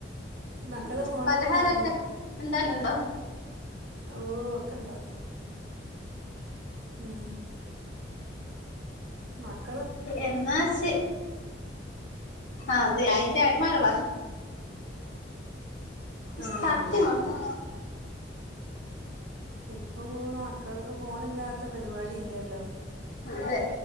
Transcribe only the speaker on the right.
മക്കള്
ഫോണൊക്കെ
കാണലുണ്ടോ
ഓ ഒക്കെ ഉണ്ടാക്കും ഉം മക്
ആഹ്
ഇപ്പൊ മൂന്ന് മക്കൾ ഓ ഫോണില്ലാത്ത പരിപാടി ഇല്ലല്ലോ